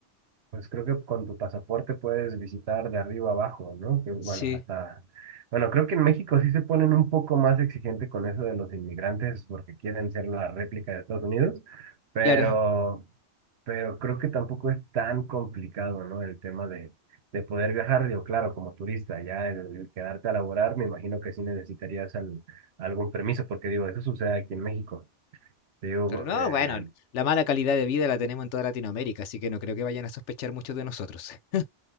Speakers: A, on the right (about 65°); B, on the left (about 80°).
A: Pues creo que con tu pasaporte puedes visitar de arriba abajo, ¿no? Que bueno,
B: Sí,
A: hasta... Bueno, creo que en México sí se ponen un poco más exigente con eso de los inmigrantes porque quieren ser la réplica de Estados Unidos, pero,
B: claro.
A: pero creo que tampoco es tan complicado, ¿no? El tema de, de poder viajar, digo, claro, como turista, ya el, el quedarte a laborar, me imagino que sí necesitarías al- algún permiso, porque digo, eso sucede aquí en México. Te digo,
B: claro. no,
A: eh,
B: bueno, la mala calidad de vida la tenemos en toda Latinoamérica, así que no creo que vayan a sospechar mucho de nosotros. <laughs>